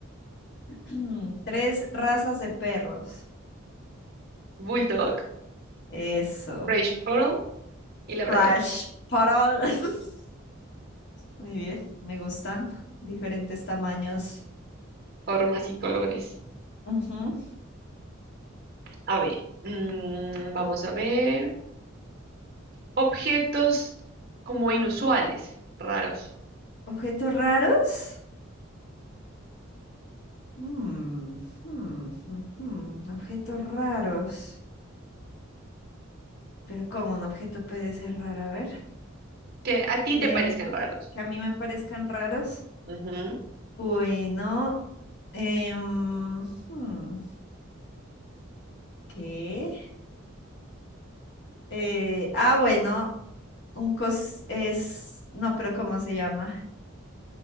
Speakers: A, on the left (about 55°); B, on the right (about 50°).
A: <clears throat> tres razas de perros.
B: Bulldog,
A: Eso.
B: French Poodle y Labrador.
A: Fresh Poodle. <laughs> Muy bien, me gustan. Diferentes tamaños.
B: Formas y colores.
A: Ujú.
B: A ver, mm, vamos a ver. Objetos como inusuales, raros,
A: Objetos raros. Mm, mm, mm, mm, Objetos raros. Pero ¿cómo un objeto puede ser raro? A ver.
B: que a ti
A: Eh,
B: te parezcan raros.
A: que a mí me parezcan raros.
B: Ujú.
A: Bueno, em, hmm, ¿qué? Eh, ah, bueno, un cos es... No, pero ¿cómo se llama?